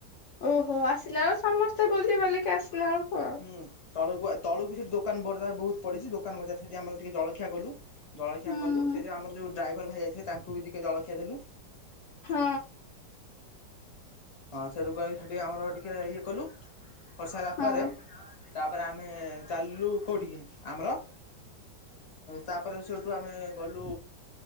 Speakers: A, on the left; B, on the left.
A: ଓହୋ ଆସିଲା ବେଳେ ସମସ୍ତେ ବୁଲି ବାଲିକି ଆସିଲେ ବେଳକୁ
B: ହୁଁ ତଳକୁ ତଳକୁ ସେଠି ଦୋକାନ ବଜାର ବହୁତ ପଡିଛି ଦୋକାନ ବଜାରାରେ ସେଠି ଆମର ଟିକେ ଜଳଖିଆ କଲୁ ଜଳଖିଆ
A: ହୁଁ
B: କଲୁ ସେ ଯେଉଁ ଆମର ଯେଉଁ ଡ୍ରାଇଭର ଭାଇ ଯାଇଥିଲେ ତାଙ୍କୁ ବି ଟିକେ ଜଳଖିଆ ଦେଲୁ
A: ହଁ।
B: ହଁ ସେଠୁ କ ହେଠୁକୁ ଆମର ଟିକେ ଇଏ କଲୁ କରିସାରିଲା
A: ହଁ
B: ପରେ ତାପରେ ଆମେ ଚାଲିଲୁ କୋଉଠିକି ଆମର ତାପରେ ସେଇଠୁ ଆମେ ଗଲୁ